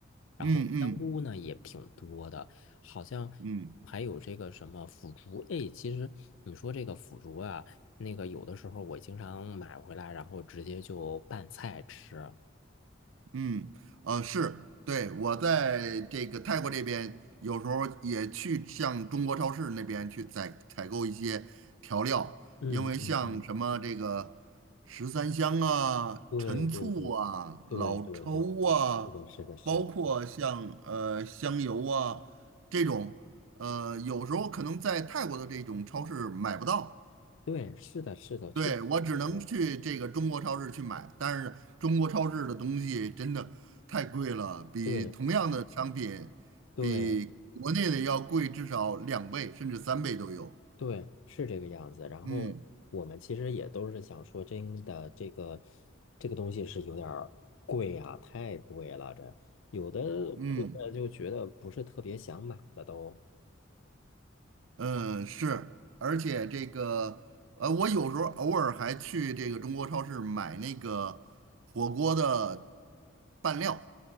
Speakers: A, on the left; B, on the right.
A: 然后香菇呢也挺多的，
B: 嗯嗯
A: 好像
B: 嗯
A: 还有这个什么腐竹。哎，其实你说这个腐竹啊，那个有的时候我经常买回来，然后直接就拌菜吃。
B: 嗯，呃，是，对，我在这个泰国这边，有时候也去像中国超市那边去采采购一些调料，
A: 嗯嗯嗯，
B: 因为像什么这个十三香啊、
A: 对对对
B: 陈醋啊、
A: 对对
B: 老抽啊，
A: 对，是的，是的，是的，
B: 包括像呃香油啊这种，呃，有时候可能在泰国的这种超市买不到。
A: 对，是的，是的，确实是这个样子，
B: 对，我只能去这个中国超市去买，但是中国超市的东西真的太贵了，比同样的商品，
A: 对对
B: 比国内的要贵至少两倍甚至三倍都有。
A: 对，是这个样子。然后我们其实也都是想说，
B: 嗯
A: 真的，这个这个东西是有点儿贵啊，太贵了。这有的会的就觉得不是特别想买了都。
B: 嗯嗯，是，而且这个呃，我有时候偶尔还去这个中国超市买那个火锅的拌料、